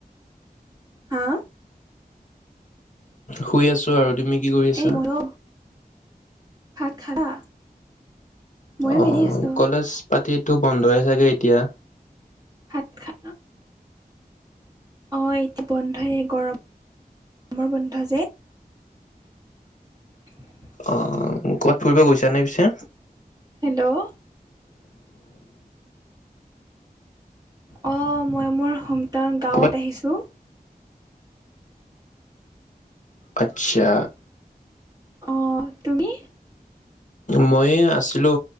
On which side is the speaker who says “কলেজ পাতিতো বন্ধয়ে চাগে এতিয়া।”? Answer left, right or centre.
Left